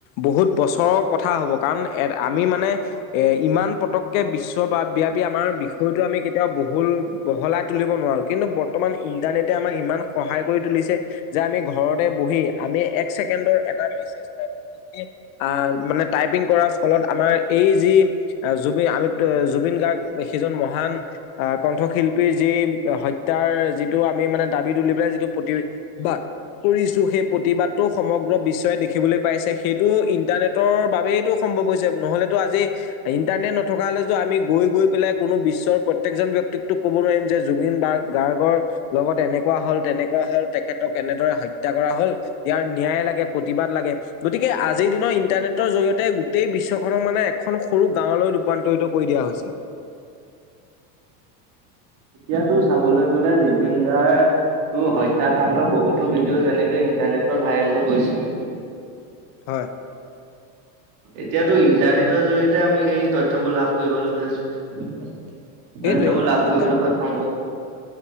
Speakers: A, on the left; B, on the right.
A: বহুত বছৰৰ কথা হ'ব কাৰণ আমি মানে এ ইমান পতককে বিশ্ব ব্যাপী আমাৰ বিষয়টো আমি কেতিয়াও বহুল বহলাই তুলিব নোৱাৰো কিন্তু বৰ্তমান ইণ্টাৰনেটে আমাক ইমান সহায় কৰি তুলিছে যে আমি ঘৰতে বহি আমি এক চেকেণ্ডৰ এটা মেছেজ টাইপি যদি মানে টাইপ -পিং কৰাৰ ফলত আমাৰ যি আমি জুবিন গাৰ্গ সিজন মহান আহ কণ্ঠশিল্পীৰ যি হত্যাৰ যিটো আমি মানে দাবী তুলি পেলাই যিটো প্ৰতি বাদ- কৰিছো সেই প্ৰতিবাদটো সমগ্ৰ বিশ্বই দেখিবলৈ পাইছে সেইটো ইন্টাৰনেটৰ বাবেইটো সম সম্ভৱ হৈছে। নহলেতো আজি ইন্টাৰনেট নথকা হ'লে আমি গৈ গৈ পেলাই কোনো বিশ্বৰ প্ৰত্যেকজন ব্যক্তিকতো ক'ব নোৱাৰিম যে জুবিন বাৰ গাৰ্গৰ লগত লগত এনেকুৱা হল তেনেকুৱা হল তেখেতক এনেদৰে হত্যা কৰা হল ইয়াৰ ন্যায় লাগে, প্ৰতিবাদ লাগে। গতিকে আজিৰ দিনৰ ইণ্টাৰনেটৰ জৰিয়তে গোটেই বিশ্বখনৰ মানে এখন সৰু গাঁৱলৈ ৰূপান্তৰিত কৰি দিয়া হৈছে।
B: এতিয়াতো চাবলৈ গ'লে জুবিন গাৰ টো হত্যাকাণ্ডৰ বহুতো অ যেনেকে ইন্টাৰনেটত ভাইৰেল হৈ পৰিছিল।
A: হয়।
B: এতিয়াতো ইন্টাৰনেটৰ জৰিয়তে আমি সেই তথ্যবোৰ লাভ কৰিবলৈ পাইছো।
A: সেইটোৱে
B: তথ্যবোৰ লাভ
A: ইণ্টাৰ
B: কৰিবলৈ সক্ষম হৈছো।